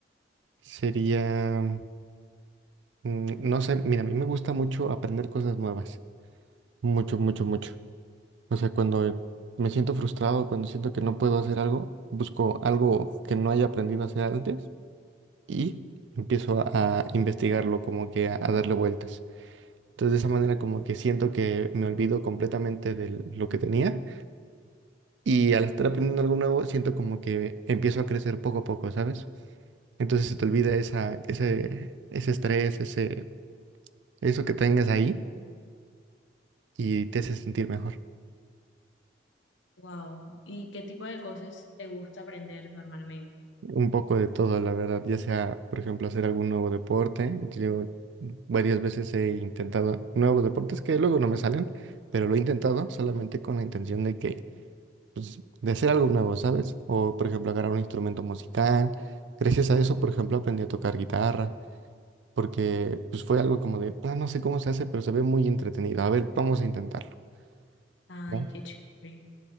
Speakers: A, on the right (about 75°); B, on the left (about 80°).
A: sería... Mm, No sé, mira, a mí me gusta mucho aprender cosas nuevas. Mucho, mucho, mucho. O sea, cuando me siento frustrado, cuando siento que no puedo hacer algo, busco algo que no haya aprendido a hacer antes y empiezo a, a investigarlo, como que a, a darle vueltas. Entonces, de esa manera, como que siento que me olvido completamente de lo que tenía y al estar aprendiendo algo nuevo, siento como que empiezo a crecer poco a poco, ¿sabes? Entonces, se te olvida esa, ese, ese estrés, ese, eso que tengas ahí y te hace sentir mejor.
B: Wow. ¿Y qué tipo de cosas te gusta aprender normalmente?
A: Un poco de todo, la verdad, ya sea, por ejemplo, hacer algún nuevo deporte. Yo varias veces he intentado nuevos deportes que luego no me salen, pero lo he intentado solamente con la intención de que, pues, de hacer algo nuevo, ¿sabes? O, por ejemplo, agarrar un instrumento musical. Gracias a eso, por ejemplo, aprendí a tocar guitarra, porque pues fue algo como de, ah, no sé cómo se hace, pero se ve muy entretenido. A ver, vamos a intentarlo,
B: Ay,
A: ¿no?
B: qué chévere.